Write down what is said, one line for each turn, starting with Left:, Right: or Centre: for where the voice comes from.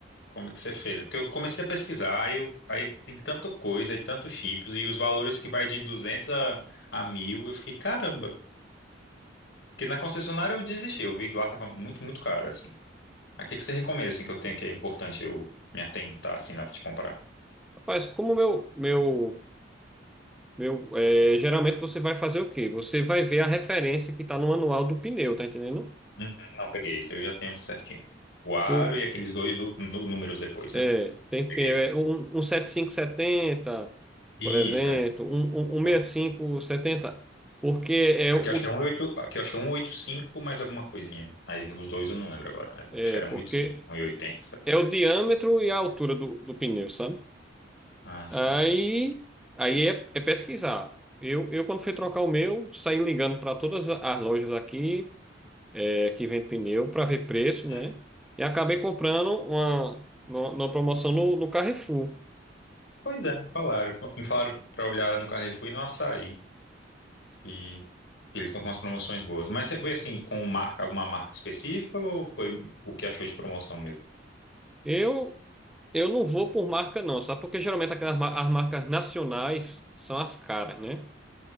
Left: Como é que você fez? É Porque eu comecei a pesquisar, aí, eu- aí tem tanta coisa, aí tantos chips, e os valores que vai de 200 a, a 1000, eu fiquei, caramba. Porque na concessionária eu desisti, eu vi que lá tava muito, muito caro, assim. Mas o que que você recomenda, assim, que eu tenho que é importante eu me atentar, assim, na hora de comprar?
Centre: Rapaz, como meu, meu Meu, é, geralmente você vai fazer o quê? Você vai ver a referência que está no manual do pneu, tá entendendo?
Left: Uhum. Não, peguei isso, eu já tenho certinho. O aro
Centre: O,
Left: e aqueles dois nu- nu- números depois, né?
Centre: é, tem
Left: Peguei.
Centre: pneu, é, um, um 7570,
Left: Isso,
Centre: por exemplo,
Left: é.
Centre: um, um, um
Left: Pronto.
Centre: sessenta e cinco setenta, porque é
Left: Aqui
Centre: o,
Left: eu acho que é um oito aqui eu acho que é 185 mais alguma coisinha. Aí os dois eu não lembro agora, mas
Centre: é,
Left: acho que era
Centre: porque
Left: um 180, sabe?
Centre: é o diâmetro e a altura do, do pneu, sabe?
Left: Ah,
Centre: Aí,
Left: sim.
Centre: aí é, é pesquisar. Eu, eu, quando fui trocar o meu, saí ligando para todas as lojas aqui é, que vende pneu para ver preço,
Left: É.
Centre: né? E acabei comprando uma, numa numa promoção no, no Carrefour.
Left: Pois é, me falaram. Me falaram pra olhar no Carrefour e no Açaí. E eles estão com umas promoções boas. Mas você foi assim, com marca, alguma marca específica ou foi o que achou de promoção mesmo?
Centre: Eu, eu não vou por marca, não, sabe? Porque geralmente aquelas mar- as marcas nacionais são as caras, né?